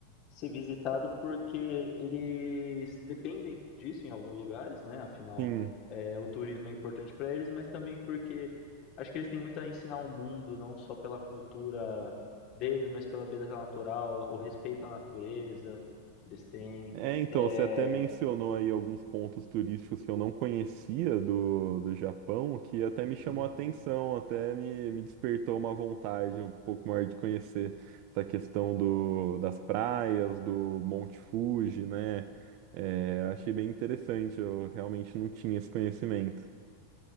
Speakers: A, on the left; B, on the right.
A: ser visitado porque eles dependem disso em alguns lugares, né? Afinal,
B: Sim.
A: é, o turismo é importante para eles, mas também porque acho que eles têm muito a ensinar ao mundo, não só pela cultura deles, mas pela beleza natural, o respeito à natureza que eles têm.
B: É, então,
A: É,
B: você até mencionou aí alguns pontos turísticos que eu não conhecia do, do Japão, que até me
A: sim.
B: chamou a atenção, até me, me despertou uma vontade um pouco maior de conhecer essa questão do, das praias, do Monte Fuji, né? É, achei bem interessante, eu realmente não tinha esse conhecimento.